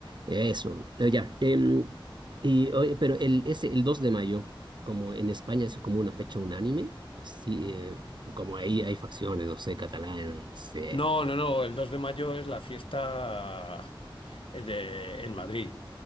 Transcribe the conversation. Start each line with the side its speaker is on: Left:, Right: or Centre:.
Right: Eso, eh, ya. em, y, oye, pero el, ese, el 2 de mayo, como en España es como una fecha unánime, así, eh, como ahí hay facciones, no sé, catalanes, eh,
Left: No, no, no, el 2 de mayo es la fiesta eh, de, en Madrid.